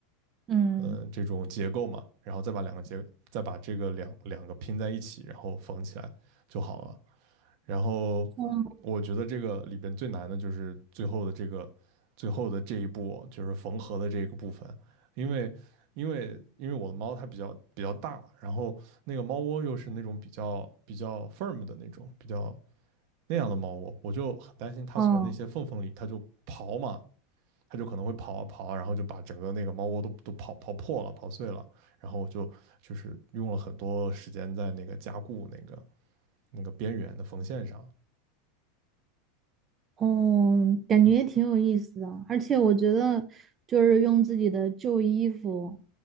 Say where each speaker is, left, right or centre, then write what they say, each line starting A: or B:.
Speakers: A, on the right (about 20°); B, on the right (about 45°).
A: 嗯嗯。
B: 呃这种结构嘛，然后再把两个结再把这个两两个拼在一起，然后缝起来就好了。然后
A: 嗯嗯
B: 我觉得这个里边最难的就是最后的这个最后的这一步，就是缝合的这个部分，因为因为因为我的猫它比较比较大，然后那个猫窝又是那种比较比较 firm 的那种，比较那样的猫窝，我就很担心它从那些缝缝里它就刨嘛，
A: 嗯
B: 它就可能会刨啊刨，然后就把整个那个猫窝都都刨刨破了、刨碎了，然后就就是用了很多时间在那个加固那个那个边缘的缝线上。
A: 哦，感觉也挺有意思的，而且我觉得就是用自己的旧衣服，